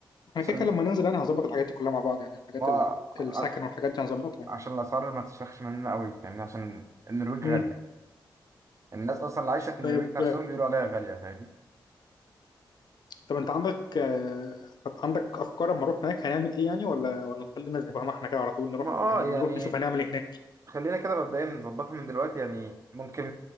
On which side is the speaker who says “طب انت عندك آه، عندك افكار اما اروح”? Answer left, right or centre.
Left